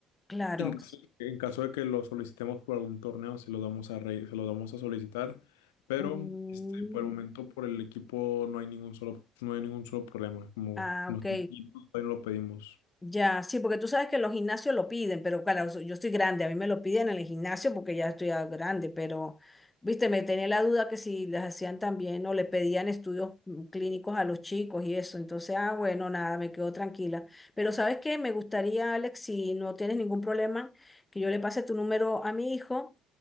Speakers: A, on the left; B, on the left.
A: claro.
B: En caso, en caso de que lo solicitemos por algún torneo, se lo damos a re- se lo damos a solicitar, pero
A: Mm,
B: este, por el momento por el equipo no hay ningún solo, no hay ningún solo problema, como,
A: ah,
B: como
A: ok.
B: está chiquito, todavía no lo pedimos.
A: Ya, sí, porque tú sabes que los gimnasios lo piden, pero claro, so- yo estoy grande, a mí me lo piden en el gimnasio porque ya estoy ah, grande, pero, viste, me tenía la duda que si les hacían también o le pedían estudios mm, clínicos a los chicos y eso, entonces, ah, bueno, nada, me quedo tranquila. Pero ¿sabes qué? Me gustaría, Alex, si no tienes ningún problema, que yo le pase tu número a mi hijo